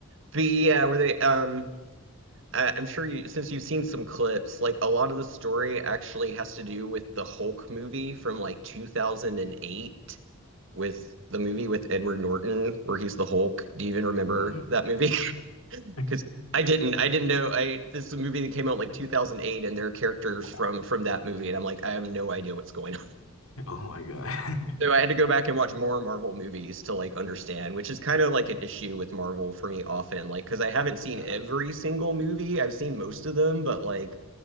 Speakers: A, on the right; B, on the left.
A: but yeah, where they um I- I'm sure you, since you've seen some clips, like a lot of the story actually has to do with the Hulk movie from like 2008 with the movie with Edward Norton where he's the Hulk. Do you even remember
B: Mm.
A: that movie? <laughs>
B: <laughs>
A: Because I didn't, I didn't know. I this is a movie that came out like 2008 and there are characters
B: Wow.
A: from from that movie and I'm like, I have no idea what's going
B: Oh my God. <laughs>
A: so I had to go back and watch more Marvel movies to like understand, which is kind of like an issue with Marvel for me often, like because I haven't seen
B: Yeah.
A: every single movie. I've seen most of them, but like